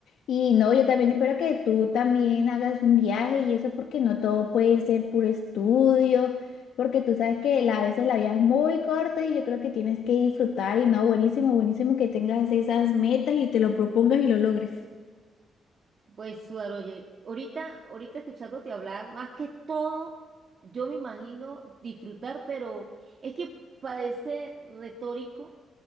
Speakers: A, on the left; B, on the right.
A: y no, yo también espero que tú también hagas un viaje y eso porque no todo puede ser puro estudio, porque tú sabes que la- a veces la vida es muy corta y yo creo que tienes que disfrutar y no, buenísimo, buenísimo que tengas esas metas y te lo propongas y lo logres.
B: Pues, Suar, oye, ahorita, ahorita escuchándote hablar, más que todo, yo me imagino disfrutar, pero es que parece retórico